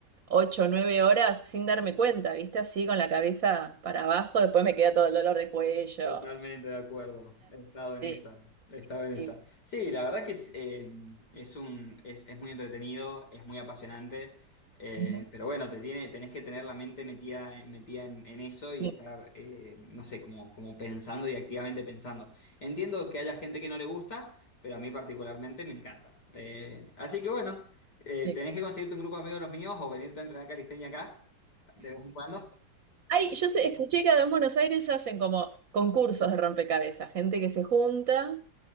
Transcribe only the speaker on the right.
ocho o nueve horas sin darme cuenta, ¿viste? Así con la cabeza para abajo, después me queda todo el dolor de cuello.
Sí.
sí.
Ujú.
Sí,
sí.
Ay, yo sé- escuché que acá en Buenos Aires hacen como concursos de rompecabezas, gente que se junta